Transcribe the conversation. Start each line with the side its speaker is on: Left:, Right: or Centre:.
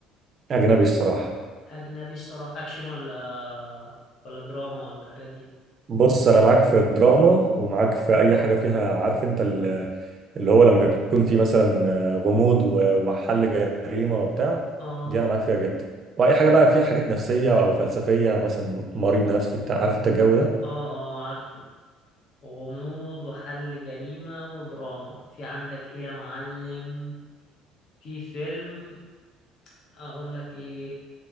Right: اجنبي الصراحه
Left: أجنبي الصراحة أكشن ولا ولا دراما ولا الحاجات دي
Right: بص انا معاك في دراما ومعاك في اي حاجه فيها عارف انت ال- اللي هو لما يكون في مثلا آه، غموض و- وحل جريمه وبتاع
Left: آه
Right: دي انا معاك فيها جدا واي حاجه بقى فيها حاجات نفسيه او فلسفيه مثلا مريض نفسي بتاع عارف انت الجو ده
Left: آه آه عارفه غموض وحل جريمة ودراما في عندك إيه يا معلم في فيلم أقول لك إيه